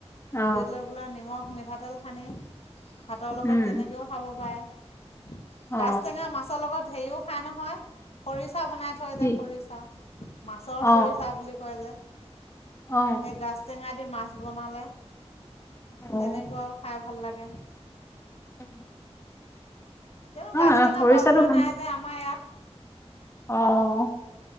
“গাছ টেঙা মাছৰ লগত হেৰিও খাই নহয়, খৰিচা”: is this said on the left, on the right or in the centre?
Left